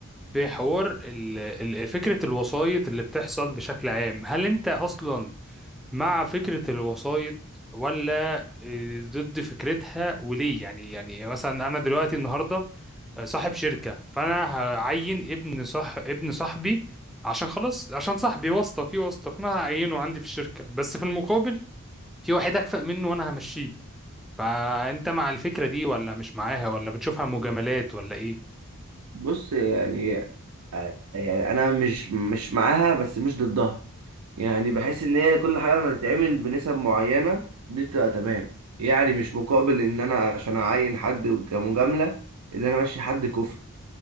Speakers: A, in the centre; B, on the right.
A: في حوار ال- ال- فكره الوسايط اللي بتحصل بشكل عام هل انت اصلا مع فكره الوسايط ولا آه، ضد فكرتها وليه يعني يعني مثلا انا دلوقتي النهارده آه، صاحب شركه فانا هعين ابن صح ابن صاحبي عشان خلاص عشان صاحبي واسطه في واسطه فانا هعينه عندي في الشركه بس في المقابل في واحد اكفأ منه وانا همشيه فانت مع الفكرة دي ولا مش معاها ولا بتشوفها مجاملات ولا ايه
B: بص يعني يعني انا مش مش معاها بس مش ضدها يعني بحس ان هي كل حاجه لما تتعمل بنسب معينه دي بتبقى تمام يعني مش مقابل ان انا عشان اعين حد كمجامله ان انا امشي حد كفء